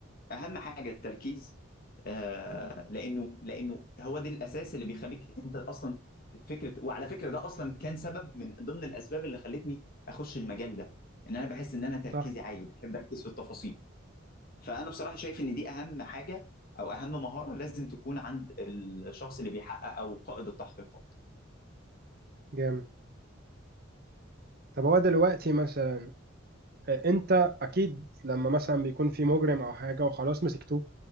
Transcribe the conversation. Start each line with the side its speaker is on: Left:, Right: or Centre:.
Left: اهم حاجه التركيز آه لانه لانه هو ده الاساس اللي بيخليك انت اصلا فكره وعلى فكره ده اصلا كان سبب من ضمن الاسباب اللي خلتني اخش المجال ده ان انا بحس ان انا تركيزي
Right: صح
Left: عالي بحب اركز في التفاصيل فانا بصراحه شايف ان دي اهم حاجه او اهم مهاره لازم تكون عند الشخص اللي بيحقق او قائد التحقيقات
Right: جامد طب هو دلوقتي مثلا آه، انت اكيد لما مثلا بيكون في مجرم او حاجه وخلاص مسكتوه